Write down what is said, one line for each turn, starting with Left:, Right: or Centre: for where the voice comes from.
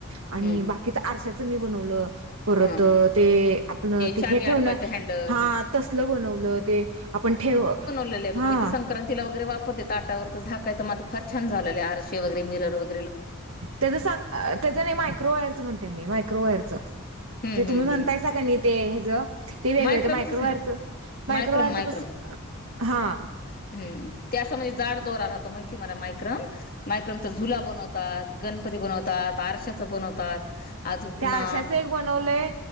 Right: आणि
Left: हम्म
Right: बाकीच आरश्याच मी बनवलं परत
Left: हा
Right: ते आपण ते
Left: चावी
Right: हे ठेवणार
Left: अडकवायचं हँडल
Right: हा तसलं बनवलं ते आपण ठेव
Left: आपल्या बघ
Right: हा
Left: मी संक्रांतीला वगैरे वापरते ताटावरचं झाकायच माझ फार छान झालंले आरशे वगैरे मिरर वगै
Right: त्याच सांग त्याच नाही मायक्रोवायरच म्हणते मी मायक्रोवायरच
Left: हम्म
Right: ते तुम्ही
Left: हम्म
Right: म्हणतायसा
Left: हम्म हम्म
Right: कानी ते ह ज ते वेगळं
Left: मायक्रमचंच
Right: तर मायक्रोवरचं
Left: ना
Right: मायक्रोवरचं
Left: मायक्रम मायक्रम
Right: कसं हा
Left: हम्म त्याचा म्हणजे जाड दोरा राहतो माहिती मला मायक्रम मायक्रमचा झुला बनवतात गणपती बनवतात आरश्याच बनवतात. अजून
Right: त्या
Left: पुन्हा
Right: आरश्याच एक बनवलंय